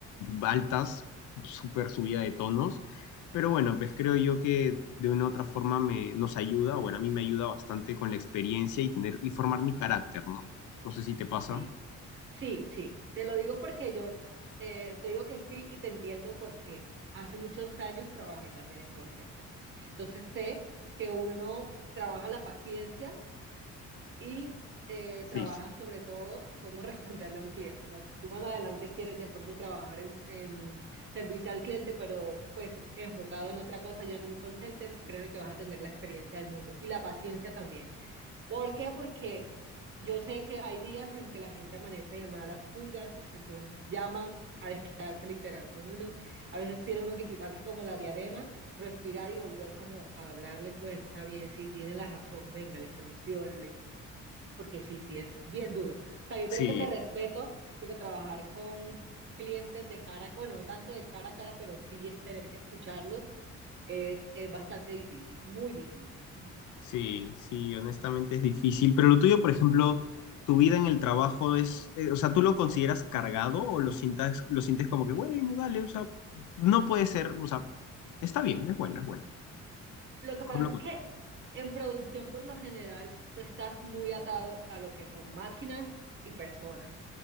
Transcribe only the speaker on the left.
altas, súper subida de tonos, pero bueno, pues creo yo que de una u otra forma me, nos ayuda, bueno, a mí me ayuda bastante con la experiencia y tener y formar mi carácter, ¿no? No sé si te pasa.
Sí,
Sí,
sí, sí, honestamente es difícil, pero lo tuyo, por ejemplo, tu vida en el trabajo es, eh, o sea, ¿tú lo consideras cargado o lo sientas, lo sientes como que, bueno, dale, o sea, no puede ser, o sea, está bien, es bueno, es bueno.
¿Cómo
lo
cuentas?